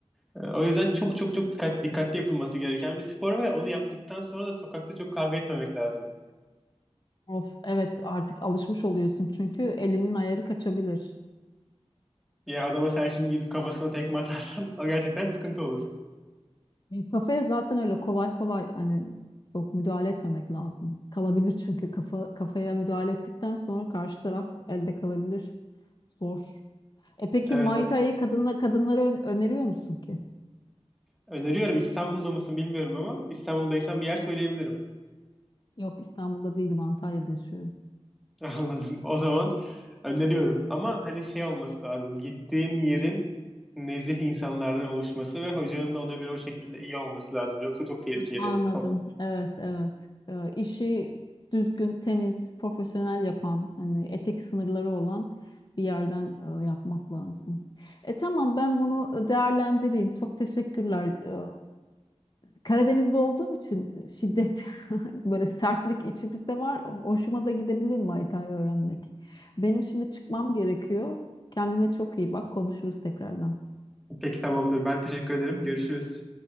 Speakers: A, in the centre; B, on the left.
A: E, O yüzden çok çok çok dikkat, dikkatli yapılması gereken bir spor ve onu yaptıktan sonra da sokakta çok kavga etmemek lazım.
B: Of evet artık alışmış oluyorsun çünkü elinin ayarı kaçabilir.
A: Ya adama sen şimdi gidip kafasına tekme atarsan <laughs> o gerçekten sıkıntı olur.
B: E, Kafaya zaten öyle kolay kolay hani çok müdahale etmemek lazım. Kalabilir çünkü kafa kafaya müdahale ettikten sonra karşı taraf elde kalabilir. Zor. E peki
A: Evet,
B: Muay
A: evet.
B: Thai'yi kadınla, kadınlara ön- öneriyor musun ki?
A: Öneriyorum. İstanbul'da mısın bilmiyorum ama İstanbul'daysan bir yer söyleyebilirim.
B: Yok İstanbul'da değilim Antalya'da yaşıyorum.
A: <laughs> Anladım. O zaman öneriyorum. Ama hani şey olması lazım. Gittiğin yerin nezih insanlardan oluşması ve hocanın da ona göre o şekilde iyi olması lazım. Yoksa çok tehlikeli.
B: Hı. Anladım.
A: O-
B: Evet evet. E, işi düzgün, temiz, profesyonel yapan, hani etik sınırları olan bir yerden e, yapmak lazım. E tamam ben bunu değerlendireyim. Çok teşekkürler e, Karadeniz'de olduğum için e, şiddet <laughs> böyle sertlik içimizde var. Hoşuma da gidebilir Maytay'ı öğrenmek. Benim şimdi çıkmam gerekiyor. Kendine çok iyi bak. Konuşuruz tekrardan.
A: Peki tamamdır. Ben teşekkür ederim. Görüşürüz.